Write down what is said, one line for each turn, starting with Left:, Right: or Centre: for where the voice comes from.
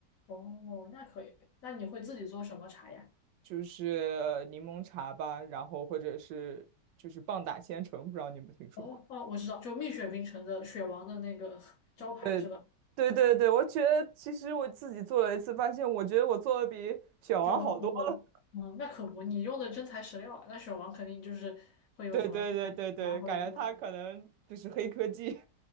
Left: 哦，那可以。那你会自己做什么茶呀？
Right: 就是柠檬茶吧，然后或者是就是棒打千层，不知道你有没有听说过？
Left: 哦哦，我知道，就蜜雪冰城的雪王的那个 <laughs> 招牌是吧？
Right: 对，对对对，我觉得其实我自己做了一次，发现我觉得我做的比选王好多了。
Left: 雪王红红，
Right: <laughs>
Left: 嗯，那可不，你用的真材实料啊。那雪王肯定就是会有什么添加啊，
Right: 对对对对对，
Left: 或者什么的
Right: 感觉他可能就是黑科技。